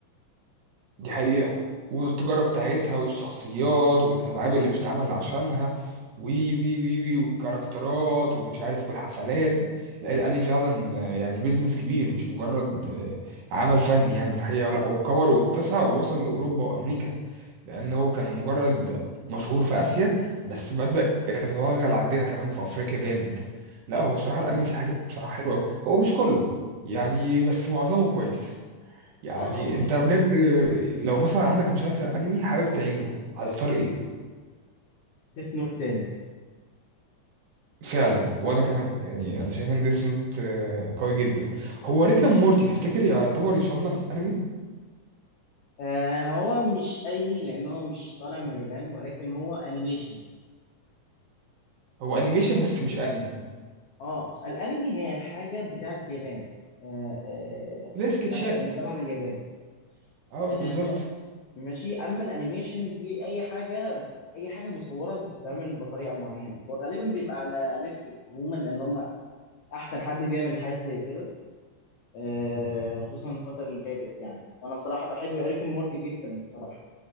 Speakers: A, on the right; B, on the left.
A: دي حقيقة والتجارة بتاعتها والشخصيات والألعاب اللي بتتعمل عشانها وي وي وي وي والكاركترات ومش عارف والحفلات لا الأنمي فعلا آه، يعني بيزنس كبير مش مجرد آه، عمل فني يعني الحقيقة لا هو كبر واتسع ووصل لأوروبا وأمريكا لأن هو كان مجرد مشهور في آسيا بس بدأ
B: م-
A: يتوغل عندنا كمان في أفريقيا جامد لا هو بصراحة
B: م- م-
A: الأنمي فيه حاجات بصراحة حلوة أوي هو مش كله يعني بس معظمه كويس يعني
B: اه
A: انت بجد لو مثلا عندك مسلسل انمي حابب تعيده هتختار ايه
B: ديث نوت تاني
A: فعلا وانا كمان يعني انا شايف ان ديس نوت قوي جدا هو ريك اند مورتي تفتكر يعتبر يصنف انمي
B: آه هو مش انمي لان هو مش طالع من اليابان ولكن هو انيميشن
A: هو
B: فاهم
A: انيميشن
B: قصدي
A: بس مش انمي
B: اه الانمي هي الحاجه بتاعت اليابان آه آه
A: ليه سكتشات
B: بتاع اللي طالعه من اليابان
A: اه بالظبط
B: آه ماشي اما الانيميشن دي اي حاجه اي حاجه مصوره بتتعمل بطريقه معينه وغالبا بيبقى على نتفليكس عموما لان هم احسن حد بيعمل حاجات زي كده آه خصوصا الفتره اللي فاتت يعني وانا الصراحه بحب اريك مورتي جدا الصراحه